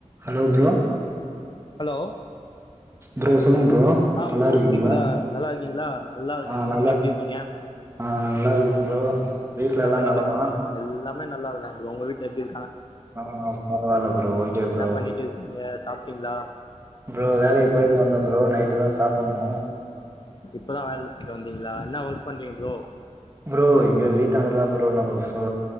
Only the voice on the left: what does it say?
hello
ஆ
ப்ரோ
கேக்குதா நல்லா இருக்கீங்ளா நல்லா இருக்கே
ப்ரோ
நீங்க எப்படி இருக்கீங்க
என்ன
பண்ணிட்டு
இருக்கீங்க எல்லா மே நல்லா இல்ல உங்க வீட்ல எப்படி
என்ன
பண்ணிட்டு இருக்கீங்க சாப்ட்டீங்களா
இப்பதா வேலைல விட்டு வந்தீங்ளா என்னா ஒர்க் பண்றீங் ப்ரோ